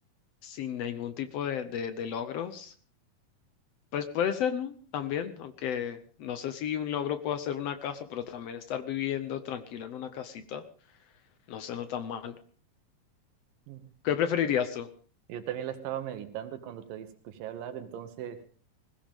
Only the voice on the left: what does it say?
sin ningún tipo de, de, de logros. Pues puede ser, ¿no? También, aunque no sé si un logro puede ser una casa, pero también estar viviendo tranquilo en una casita no suena tan mal.
¿Qué preferirías tú?